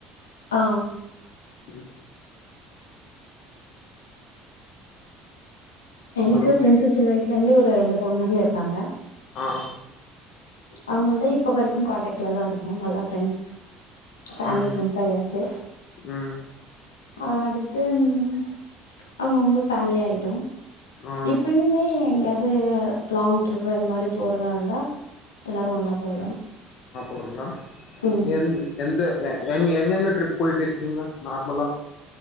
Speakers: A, on the left; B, on the left.
A: ஆ
B: உம்
A: எனக்கு
B: ஹலோ
A: ஃப்ரெண்ட்ஸு சின்ன வயசுலந்து ஒரு ரெண்டு பொண்ணுங்க இருக்காங்க
B: ஆ
A: அவுங்கள்ட்ட இப்ப வரைக்கும் கான்டாக்ட்ல தா இருக்கோ நல்ல ஃப்ரெண்ட்ஸ் ஃபேமிலி
B: ம்
A: ஃப்ரெண்ட்ஸாயாச்சு
B: ம்
A: அ அடுத்து ம் அவுங்கவுங்க ஃபேமிலி ஆயிட்டோ
B: ஆ
A: இப்பயுமே யாது லாங் ட்ரிப் இந் மாரி போறதா இருந்தா எல்லாரு ஒன்னா போவோ
B: ஒருநா
A: ம்
B: எந் எந்த எங் எங்கெங்க ட்ரிப் போயிட்டு இருக்கீங்க நார்மலா